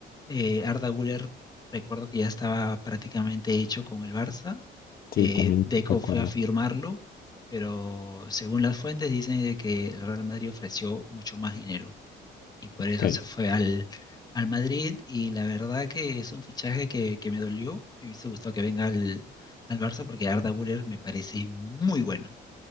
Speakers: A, on the left; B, on the left.
A: Eh, Arda Güler, recuerdo que ya estaba prácticamente hecho con el Barça. Eh,
B: Sí, también
A: Deco
B: recuerdo.
A: fue a firmarlo, pero según las fuentes dicen de que el Real Madrid ofreció mucho más dinero y por
B: Ok,
A: eso se fue al, al Madrid y la verdad que es un fichaje que, que me dolió. Me hubiese gustado que venga al, al Barça porque Arda Güler me parece muy bueno.